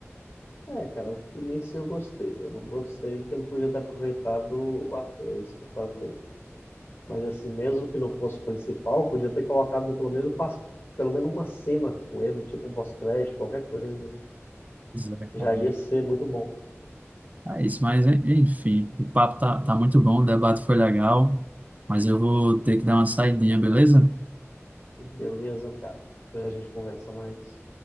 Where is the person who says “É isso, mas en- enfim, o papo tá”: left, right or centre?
Right